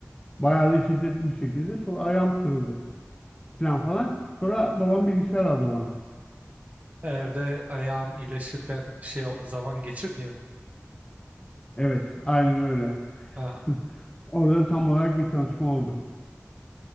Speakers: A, on the left; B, on the right.
A: Bayağı da şiddetli bir şekilde. Sonra ayağım kırıldı falan falan. Sonra babam bilgisayar aldı bana.
B: Evde ayağın iyileşirken şey o- zaman geçir diye
A: Evet aynen öyle.
B: Ha.
A: <laughs> Orada tam olarak bir tanışma oldu.